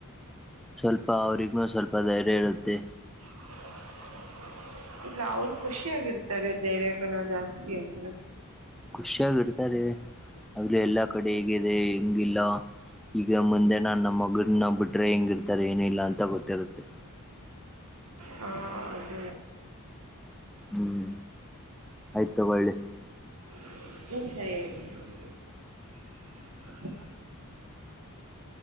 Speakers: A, in the centre; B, on the right.
A: ಸ್ವಲ್ಪ ಅವ್ರಿಗ್ ಸ್ವಲ್ಪ ಧೈರ್ಯ ಇರುತ್ತೆ
B: ಆ <unintelligible> ಇಲ್ಲ ಅವ್ರ ಖುಷಿ ಯಾಗಿರ್ತಾರೆ ಧೈರ್ಯ ಕಣ ಜಾಸ್ತಿ ಅಂದ್ರ
A: ಖುಷಿಯಾಗಿ ಇರ್ತಾರೆ ಅ್ರ ಎಲ್ಲಾ ಕಡೆ ಹೇಗಿದೆ ಹೆಂಗಿಲ್ಲ ಈಗ ಮುಂದೆ ನಾ ನಮ್ಮ ಮಗನ್ನ ಬಿಟ್ರೆ ಹೆಂಗಿರ್ತಾರೆ ಏನಿಲ್ಲ ಅಂತ ಗೊತ್ತಿರುತ್ತೆ
B: ಹಾ ಅದ
A: ಹ್ಮ್ ಆಯ್ತ ಒಳ್ಳಿ
B: ಚ <unintelligible>